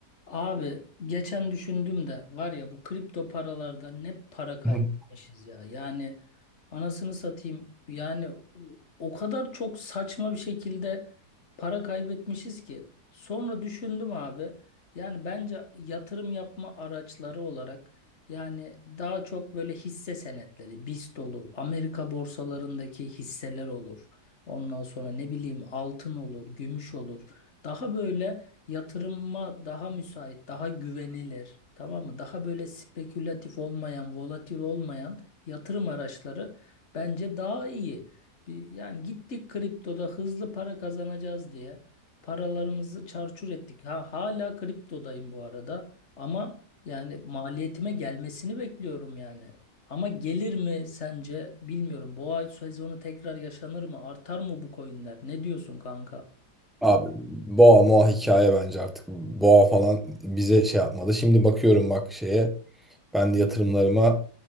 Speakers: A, on the left; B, in the centre.
A: Abi geçen düşündüm de var ya bu kripto paralarda ne para kaybetmişiz
B: Hı.
A: ya. Yani anasını satayım yani o o kadar çok saçma bir şekilde para kaybetmişiz ki. Sonra düşündüm abi yani bence yatırım yapma araçları olarak yani daha çok böyle hisse senetleri BIST olur, Amerika borsalarındaki hisseler olur. Ondan sonra ne bileyim altın olur, gümüş olur. Daha böyle yatırıma daha müsait, daha güvenilir, tamam mı? Daha böyle spekülatif olmayan, volatil olmayan yatırım araçları bence daha iyi. Bir, yani gittik kriptoda hızlı para kazanacağız diye paralarımızı çarçur ettik. Ha, hala kriptodayım bu arada ama yani maliyetime gelmesini bekliyorum yani. Ama gelir mi sence bilmiyorum. Boğa sezonu tekrar yaşanır mı? Artar mı bu coinler? Ne diyorsun kanka?
B: Abi boğa moğa hikaye bence artık. Boğa falan bize şey yapmadı. Şimdi bakıyorum bak şeye. Ben de yatırımlarıma.